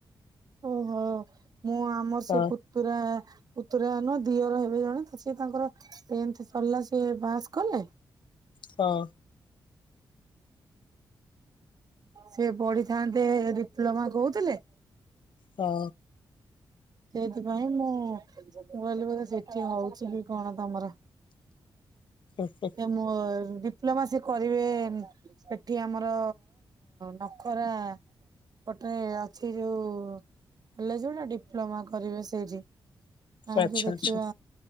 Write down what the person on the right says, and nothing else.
ଓହୋ ମୁଁ ଆମର
ସେ ପ ପୁତୁରା, ପୁତୁରା ନୁହେଁ ଦିଅର ହେବେ ଜଣେ ସିଏ ତାଙ୍କର। ଟେନେଥେ ସରିଲା ସିଏ ପାସ କଲେ।
ସେ ପଢିଥାନ୍ତେ ଡିପ୍ଲୋମା କହୁଥିଲେ।
ସେଇଥିପାଇଁ ମୁଁ, ମୁଁ କହିଲି ବୋଧେ ସେଠି ହଉଛି କି କ'ଣ ତମର।
ଯେ ମୋ ଡିପ୍ଲୋମା ସେ କରିବେ ଏଠି ଆମର ନଖରା ପଟେ ଅଛି ଯୋଉ କଲେଜ ଗୁଡ଼ା ଡିପ୍। ଡିପ୍ଲୋମା କରିବେ ସେଇଠି। କାଇଁକି
ଦେଖିବା